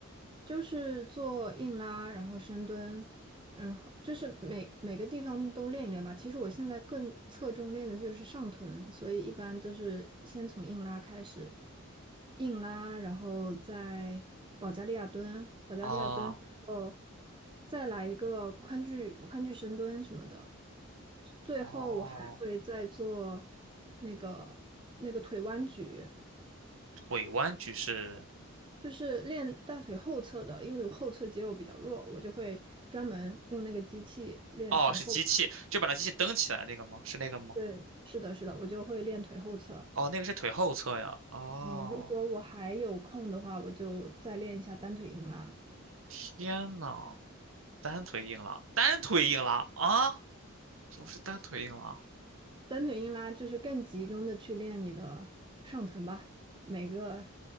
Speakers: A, on the right; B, on the right.
A: 就是做硬拉，然后深蹲，然后就是每每个地方都练一练吧。其实我现在更侧重练的就是上臀，所以一般都是先从硬拉开始，硬拉，然后再保加利亚蹲，保加利亚蹲之后
B: 啊，
A: 再来一个宽距宽距深蹲什么的，最后我还会再做
B: 哦，
A: 那个那个腿弯举。
B: 腿弯举是，
A: 就是练大腿后侧的，因为我后侧肌肉比较弱，我就会专门用那个机器练腿后。
B: 哦，是机器，就把那机器蹬起来那个吗？是那个吗？
A: 对，是的，是的，我就会练腿后侧。
B: 哦，那个是腿后侧呀。哦，
A: 嗯，如果我还有空的话，我就再练一下单腿硬拉。
B: 天呐，单腿硬拉，单腿硬拉啊，什不是单腿硬拉？
A: 单腿硬拉就是更集中的去练你的上臀吧，每个